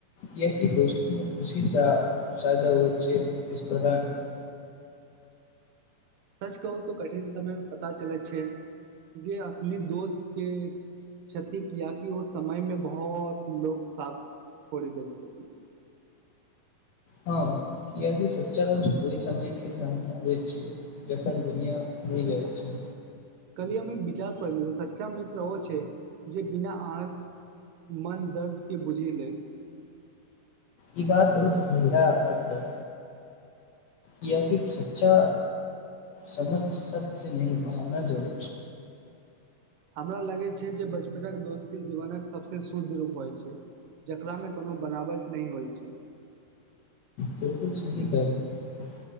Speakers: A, on the left; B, on the right.
A: कियकि दोस्त खुशी सा साजा होइ छै अतिस्पर्धा नहि
B: सच कहू तऽ कठिन समय मे पता चलै छै जे असली दोस्त के क्षति किियकि ओ समय मे बहुत लो साथ छोड़ि द छथि
A: हँ किियकि सच्चा दोस्त ओहि समयके सामने आबैत छै जखन दुनििया मरि जाइत छै
B: कली हम एक विचार पढ़लिय सच्चा मित्र ओ छै जे बिना अहाँके मन दर्द के बुझि ले
A: ई बात बहुत गहरा अर्थर क किि सच्चा समझ सब से न भावना जर
B: हमरा लगै छै जे बचपनक दोस्ती जीवनक सभसँ शुद्ध रूप होइ छै जकरामे कोनो बनावट नहि होइ छै
A: बिलकुल सही कहै